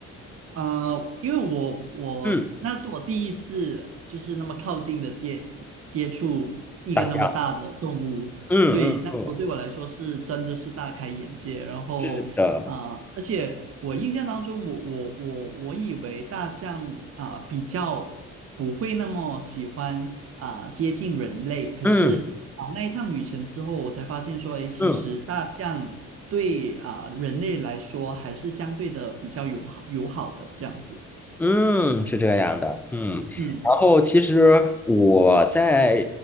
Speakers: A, on the right (about 50°); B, in the centre.
A: 呃，因为我我那是我第一次就是那么靠近的接接接触一个那么大的动物，
B: 嗯，大象，嗯嗯嗯，
A: 所以那时候对我来说是真的是大开眼界。然后啊、
B: 是的，
A: 呃而且我印象当中我，我我我以为大象啊、比较不会那么喜欢啊、接近人类，可是啊、
B: 嗯
A: 那一趟旅程之后，我才发现说，诶，其实大象。
B: 嗯。
A: 对啊、人类来说还是相对的比较友好友好的这样子。
B: 嗯，是这样的，嗯，
A: 嗯
B: 然后其实我在